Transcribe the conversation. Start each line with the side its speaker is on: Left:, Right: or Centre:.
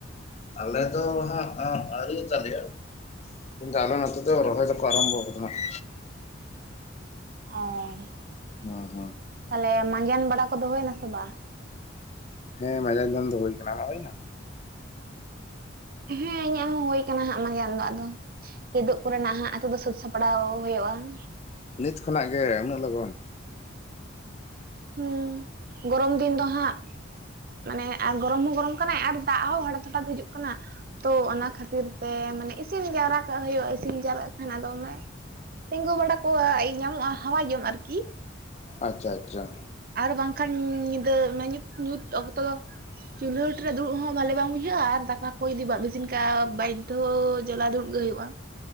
Left: ᱟᱞᱮ ᱫᱚ ᱦᱜ ᱟᱹᱨᱤ ᱛᱟᱞᱮᱭᱟ ᱾ ᱠᱤᱱᱛᱩ ᱟᱞᱮ ᱱᱚᱛᱮ ᱫᱚ ᱨᱚᱦᱚᱭ ᱫᱚ ᱠᱚ ᱟᱨᱚᱢᱵᱷᱚ ᱟᱠᱟᱱᱟ ᱾
Right: ᱟᱚᱸᱭ
Left: ᱦᱮᱸ ᱦᱮᱸ
Right: ᱛᱟᱦᱚᱞᱮ ᱢᱟᱸᱡᱟᱱ ᱵᱟᱲᱟ ᱠᱚ ᱫᱚ ᱦᱚᱭᱮᱱᱟ ᱥᱮ ᱵᱟᱝ?
Left: ᱦᱮᱸ ᱢᱟᱡᱟᱱ ᱡᱚᱢ ᱫᱚ ᱦᱩᱭ ᱟᱠᱟᱱᱟ ᱟᱢᱟᱜ ᱦᱩᱭ ᱱᱟ?
Right: ᱦᱮᱸ ᱤᱧᱟᱹᱜ ᱦᱚᱸ ᱦᱚᱭ ᱟᱠᱟᱱᱟ ᱦᱟᱜ ᱢᱟᱡᱟᱱ ᱫᱚ ᱟᱫᱚ ᱾ ᱠᱤᱫᱩᱜ ᱠᱚᱨᱮᱱᱟᱜ ᱦᱟᱜ ᱟᱛᱳ ᱫᱚ ᱥᱟᱹᱛ ᱥᱟᱯᱲᱟᱣ ᱦᱩᱭᱩᱜᱼᱟ ᱾
Left: ᱱᱤᱛ ᱠᱷᱚᱱᱟᱜ ᱜᱮ ᱩᱱᱟᱹᱜ ᱞᱚᱜᱚᱱ?
Right: ᱦᱩᱸ ᱜᱚᱨᱚᱢ ᱫᱤᱱ ᱫᱚ ᱦᱟᱸᱜ ᱢᱟᱱᱮ ᱟᱨ ᱜᱚᱨᱚᱢ ᱦᱚᱸ ᱜᱚᱨᱚᱢ ᱠᱟᱱᱟᱭ ᱟᱨ ᱫᱟᱜ ᱦᱚᱸ ᱦᱟᱲᱟ ᱛᱚᱴᱟᱛ ᱦᱤᱡᱩᱜ ᱠᱟᱱᱟ ᱾ ᱛᱚ ᱚᱱᱟ ᱠᱷᱟᱹᱛᱤᱨ ᱛᱮ ᱢᱟᱱᱮ ᱤᱥᱤᱱ ᱡᱟᱣᱨᱟ ᱠᱟᱜ ᱦᱩᱭᱩᱜᱼᱟ᱾ ᱤᱥᱤᱱ ᱡᱟᱣᱨᱟ-ᱜ ᱠᱷᱟᱱ ᱟᱫᱚᱢᱮ ᱛᱤᱸᱜᱩ ᱵᱟᱲᱟ ᱠᱚᱣᱟᱧᱟᱢᱚᱜᱼᱟ᱾ ᱦᱟᱣᱟ ᱡᱚᱝ ᱟᱨᱠᱤ
Left: ᱟᱪᱪᱷᱟ ᱟᱪᱪᱷᱟ ᱾
Right: ᱟᱨ ᱵᱟᱝᱠᱷᱟᱱ ᱧᱤᱫᱟᱹ ᱧᱩᱛ ᱧᱩᱛ ᱚᱠᱛᱚ ᱫᱚ, ᱪᱩᱞᱦᱟᱹ ᱴᱨᱮ ᱫᱩᱲᱩᱵ ᱦᱚᱸ ᱵᱷᱟᱞᱮ ᱵᱟᱝ ᱵᱩᱡᱟᱹᱜᱼᱟ᱾ ᱟᱨ ᱫᱟᱠᱟ ᱠᱚ ᱡᱩᱫᱤ ᱵᱟᱢ ᱤᱥᱤᱱ ᱠᱷᱟᱱᱡ ᱵᱟᱫᱽᱫᱷᱚ ᱡᱚᱞᱟ ᱫᱩᱲᱩᱵ ᱜᱮ ᱦᱩᱭᱩᱜᱼᱟ᱾